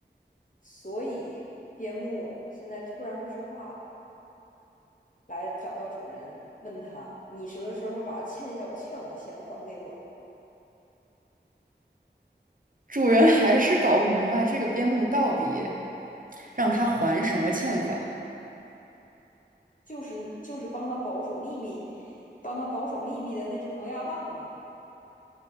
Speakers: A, on the left; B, on the right.
A: 所以，边牧现在突然会说话了，来找到主人，问他：“你什么时候把欠下我欠我的钱还给我？”
B: 主人还是搞不明白这个边牧到底让他还什么欠款。
A: 就是就是帮他保守秘密，帮他保守秘密的那只磨牙棒啊。